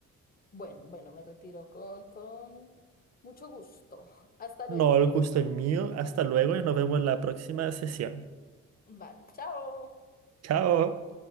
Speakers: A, on the left; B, on the right.
A: Bueno, bueno, me retiro con, con mucho gusto. <laughs> Hasta
B: No,
A: luego.
B: el gusto es mío. Hasta luego y nos vemos en la próxima sesión.
A: Vale, chao.
B: Chao.